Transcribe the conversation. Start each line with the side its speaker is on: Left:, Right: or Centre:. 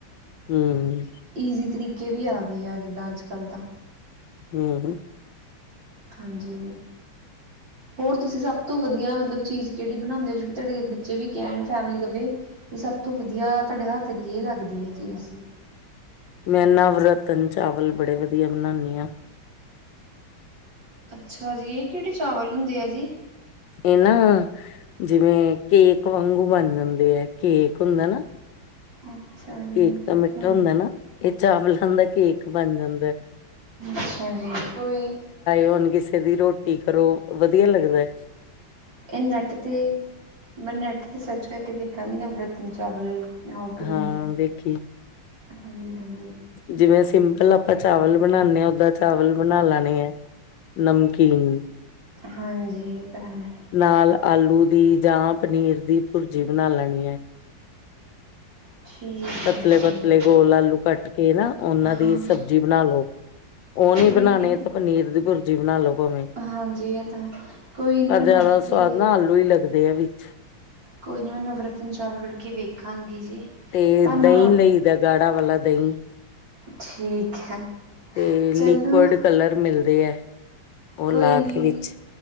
Left: ਹੂੰ।
Right: ਈਜ਼ੀ ਤਰੀਕੇ ਵੀ ਆ ਗਏ ਆ ਜਿੱਦਾਂ ਅੱਜ ਕੱਲ੍ਹ ਤਾਂ।
Left: ਹੂੰ-ਹੂੰ।
Right: ਹਾਂਜੀ। ਹੋਰ ਤੁਸੀਂ ਸਭ ਤੋਂ ਵਧੀਆ ਮਤਲਬ ਚੀਜ਼ ਕਿਹੜੀ ਬਣਾਦੇ ਓ ਜਿਹੜੀ ਤੁਹਾਡੇ ਬੱਚੇ ਵੀ ਕਹਿਨ ਫੈਮਲੀ ਕਵੇ ਵੀ ਸਭ ਤੋਂ ਵਧੀਆ ਤੁਹਾਡੇ ਹੱਥ ਦੀ ਇਹ ਲੱਗਦੀ ਹੈ ਚੀਜ਼
Left: ਮੈਂ ਨਾਵ ਰਤਨ ਚਾਵਲ ਬੜੇ ਵਧੀਆ ਬਣਾਦੀ ਹਾਂ।
Right: ਅੱਛਾ ਜੀ ਇਹ ਕਿਹੜੇ ਚਾਵਲ ਹੁੰਦੇ ਆ ਜੀ,
Left: ਇਹ ਨਾ ਜਿਵੇਂ ਕੇਕ ਵਾਂਗੂ ਬਣ ਜਾਂਦੇ ਹੈ ਕੇਕ ਹੁੰਦਾ ਨਾ
Right: ਅੱਛਾ ਜੀ
Left: ਕੇਕ ਤਾਂ
Right: ਪਤਾ
Left: ਮਿੱਠਾ
Right: ਨੀ
Left: ਹੁੰਦਾ ਨਾ ਇਹ ਚਾਵਲਾਂ ਦਾ ਕੇਕ ਬਣ ਜਾਂਦਾ।
Right: ਅੱਛਾ ਜੀ ਕੋਈ
Left: ਹੁਣ ਕਿਸੇ ਦੀ ਰੋਟੀ ਕਰੋ ਵਧੀਆ ਲੱਗਦਾ ਹੈ
Right: ਇਹ ਨੈੱਟ ਤੇ ਮੈਂ ਨੈੱਟ ਤੇ ਸਰਚ ਕਰਕੇ ਦੇਖਾਂਗੀ ਨਵ ਰਤਨ ਚਾਵਲ ਹਾ ਟੂ ਮੇ
Left: ਹਾਂ ਦੇਖੀ
Right: ਹਾਂਜੀ ਹਾਂਜੀ
Left: ਜਿਵੇਂ ਸਿੰਪਲ ਆਪਾਂ ਚਾਵਲ ਬਣਾਉਾਨਦੇ ਹ ਓਦਾਂ ਚਾਵਲ ਬਣਾ ਲੈਣੇ ਹੈ। ਨਮਕੀਨ,
Right: ਹਾਂਜੀ ਇਹ ਤਾਂ ਹੈ
Left: ਨਾਲ ਆਲੂ ਦੀ ਜਾਂ ਪਨੀਰ ਦੀ ਭੁਰਜੀ ਬਣਾ ਲੈਣੀ ਹੈ
Right: ਠੀਕ
Left: ਪਤਲੇ
Right: ਹੈ ਜੀ
Left: ਪਤਲੇ ਗੋਲ ਆਲੂ ਕੇ ਨਾ ਉਹਨਾਂ ਦੀ
Right: ਹਾਂ
Left: ਸਬਜ਼ੀ ਬਣਾ ਲੋ ਉਹ ਨੀ
Right: ਕੋਈ
Left: ਬਣਾਣੇ
Right: ਨਹੀਂ
Left: ਪਨੀਰ ਦੀ ਭੁਰਜੀ ਬਣਾਲ ਲੋ ਭਾਵੇਂ
Right: ਹਾਂਜੀ ਇਹ ਤਾਂ ਕੋਈ ਨਹੀਂ
Left: ਪਰ
Right: ਮੈਂ
Left: ਜ਼ਿਆਦਾ
Right: ਨੈੱਟ 'ਤੇ
Left: ਸਵਾਦ ਨਾ ਆਲੂ ਹੀ ਲੱਗਦੇ ਆ ਵਿੱਚ
Right: ਕੋਈ ਨੀ ਮੈਂ ਨਵਰਤਨ ਚਾਵੱਲ ਕਢ ਕੇ ਵੇਖਣਗੀ ਜੀ
Left: ਤੇ
Right: ਧੰਨਾ
Left: ਦਹੀਂ ਲਈ ਦਾ ਗਾੜਾ ਵਾਲਾ ਦਹੀਂ
Right: ਠੀਕ ਹੈ
Left: ਤੇ
Right: ਚਲੋ
Left: ਲਿਕੁਡ ਕਲਰ ਮਿਲਦੇ ਹੈ ਉਹ
Right: ਕੋਈ
Left: ਲਾ
Right: ਨਹੀਂ
Left: ਕੇ ਵਿੱਚ